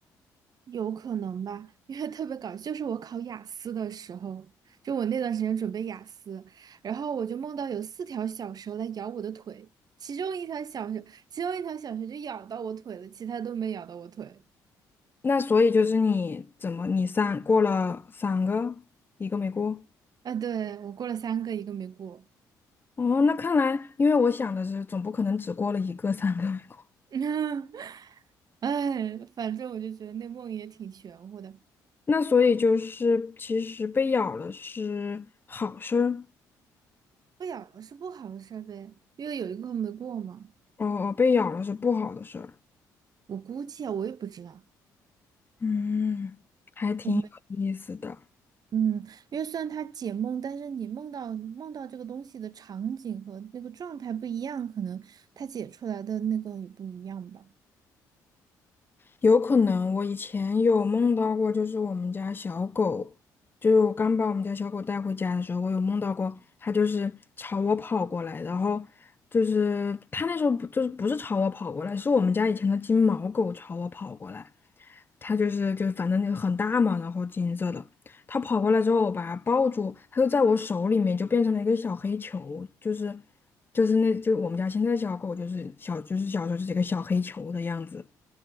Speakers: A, on the right (about 50°); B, on the left (about 25°).
A: 有可能吧，因为特别搞笑，就是我考雅思的时候，就我那段时间准备雅思，然后我就梦到有四条小蛇来咬我的腿，其中一条小蛇，其中一条小蛇就咬到我腿了，其他都没咬到我腿。
B: 那所以就是你怎么你三过了三个，一个没过。
A: 啊，对，我过了三个，一个没过。
B: 哦，那看来，因为我想的是，总不可能只过了一个，三个没过。
A: <laughs> 哎，反正我就觉得那梦也挺玄乎的，
B: 那所以就是，其实被咬了是好事儿，
A: 不咬了是不好的事儿呗，因为有一个没过嘛。
B: 哦，被咬了是不好的事儿。
A: 我估计啊，我也不知道。
B: 嗯，还挺有意思的。
A: 我没。嗯，因为虽然它解梦，但是你梦到梦到这个东西的场景和那个状态不一样，可能它解出来的那个也不一样吧。
B: 有可能我以前有梦到过，就是我们家小狗，就是我刚把我们家小狗带回家的时候，我有梦到过，它就是朝我跑过来，然后就是它那时候不就是不是朝我跑过来，是我们家以前的金毛狗朝我跑过来，它就是就反正那个很大嘛，然后金色的，它跑过来之后，我把它抱住，它就在我手里面就变成了一个小黑球，就是就是那就我们家现在的小狗就是小就是小时候就是一个小黑球的样子。